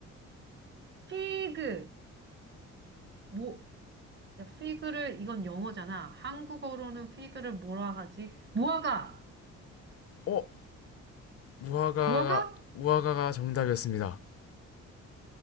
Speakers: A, on the right; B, on the left.
A: 피그. 뭐, 야, 피그를, 이건 영어잖아. 한국어로는 피그를 뭐라 하지? 무화과!
B: 어? 무화과가
A: 무화과?
B: 무화과가 정답이었습니다.